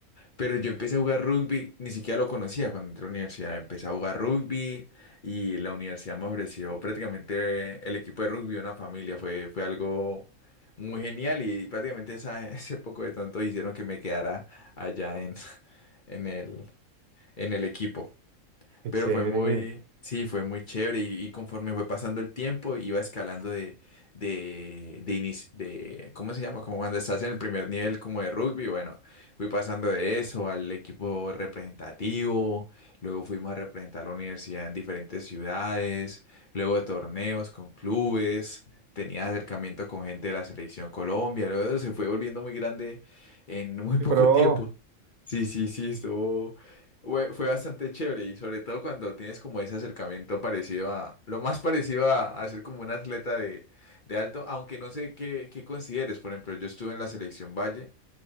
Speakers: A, on the left; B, on the right.
A: Pero yo empecé a jugar rugby, ni siquiera lo conocía cuando entré a la universidad, empecé a jugar rugby y la universidad me ofreció prácticamente el equipo de rugby, una familia, fue, fue algo muy genial y prácticamente esa- <laughs> ese poco de tonto hicieron que me quedara allá en, en el, en el equipo.
B: qué
A: Pero
B: chévere.
A: fue muy, sí, fue muy chévere y, y conforme fue pasando el tiempo iba escalando de, de, de, inici- de, ¿cómo se llama? Como cuando estás en el primer nivel como de rugby, bueno, fui pasando de eso al equipo representativo, luego fuimos a representar la universidad en diferentes ciudades, luego torneos con clubes. tenía acercamiento con gente de la selección Colombia, luego se fue volviendo muy grande en muy poco
B: Pro.
A: tiempo. Sí, sí, sí, estuvo, fue fue bastante chévere y sobre todo cuando tienes como ese acercamiento parecido a, lo más parecido a, a ser como un atleta de, de alto, aunque no sé qué, qué consideres. Por ejemplo, yo estuve en la selección Valle,